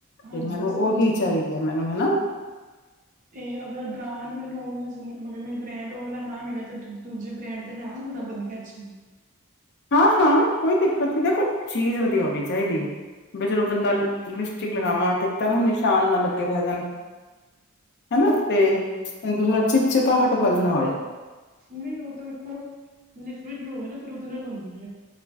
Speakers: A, on the right (about 35°); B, on the left (about 50°).
A: ਹਾਂਜੀ
B: ਤੇ ਮੈਨੂੰ
A: ਮੈਂ ਸਮਝ
B: ਉਹੀ
A: ਗਈ
B: ਚਾਹੀਦੀ
A: ਹ
B: ਹੈ ਮੈਨੂੰ ਹਨਾ
A: ਤੇ ਅਗਰ ਬ੍ਰਾਂਡ ਮੈਨੂੰ ਅਗਲਾ ਮਗਰ ਮੈਨੂੰ ਬ੍ਰੈਂਡ ਊ ਵਾਲਾ ਨਾ ਮਿਲਿਆ ਤੇ ਦੂਜੇ ਬ੍ਰੈਂਡ ਦੇ ਲੇ ਆਵਾ ਥੋੜਾ ਵਧਆ ਚ
B: ਹਾਂ ਹਾਂ ਕੋਈ ਦਿੱਕਤ ਨਹੀਂ ਦੇਖੋ ਚੀਜ਼ ਵਧੀਆ ਹੋਣੀ ਚਾਹੀਦੀ ਹ ਵੀ ਜਦੋਂ ਬੰਦਾ ਲਿਪਸਟਿਕ ਲਗਾਵਾਂ ਤੇ ਇਸ ਨਿਸ਼ਾਨ ਨਾ ਲੱਗੇ ਰਹਿ ਜਾਣ। ਹੈਨਾ ਤੇ <unintelligible> ਚਿਪਚਿੱਪਾਹਤ ਵਾਲੀ ਨਾ ਹੋਵੇ।
A: ਨਹੀਂ ਉਹ ਤਾਂ ਦੇਖੋ ਲਿਕੁਡ ਲਉਗੇ ਨਾ ਫਿਰ ਉਹਦੇ ਨਾਲ ਹੁੰਦੀ ਹੈ।